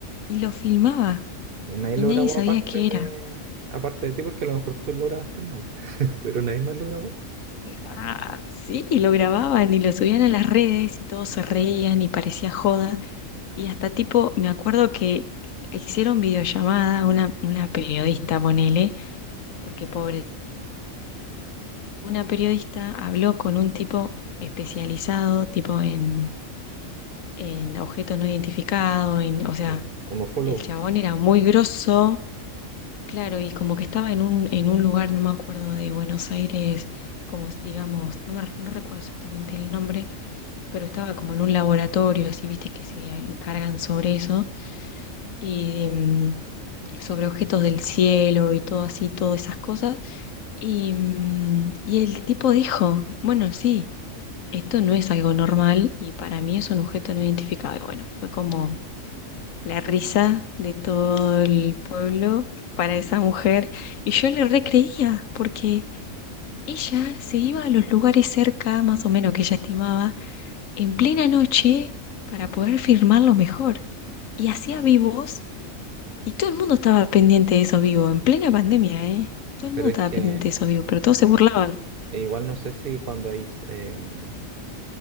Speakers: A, on the left (about 70°); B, on the right (about 50°).
A: Y lo filmaba
B: Y nadie
A: y
B: lo
A: nadie
B: grabó
A: sabía
B: aparte
A: qué
B: de,
A: era.
B: aparte de ti, porque a lo mejor tú lo grabaste mal, <laughs> pero nadie más lo grabó.
A: Ah, sí, y lo grababan y lo subían a las redes y todos se reían y parecía joda. Y hasta tipo, me acuerdo que hicieron videollamada, una, una periodista, ponele, porque pobre, una periodista habló con un tipo especializado, tipo en, en objetos no identificados, en, o sea,
B: Un, un ufólogo.
A: El chabón era muy grosso, claro, y como que estaba en un, en un lugar, no me acuerdo, de Buenos Aires, como s- digamos, no, me, no recuerdo exactamente el nombre, pero estaba como en un laboratorio, así, viste, que se encargan sobre eso, y mm, sobre objetos del cielo y todo así, todas esas cosas. Y, mm, y el tipo dijo, bueno, sí, esto no es algo normal y para mí es un objeto no identificado. Y bueno, fue como la risa de todo el pueblo para esa mujer. Y yo le recreía, porque ella se iba a los lugares cerca, más o menos que ella estimaba, en plena noche para poder firmarlo mejor. Y hacía vivos, y todo el mundo estaba pendiente de esos vivos, en plena pandemia, ¿eh? Todo el
B: Pero
A: mundo estaba
B: es que
A: pendiente de esos vivos, pero todos se burlaban.
B: e igual no sé si cuando hay em,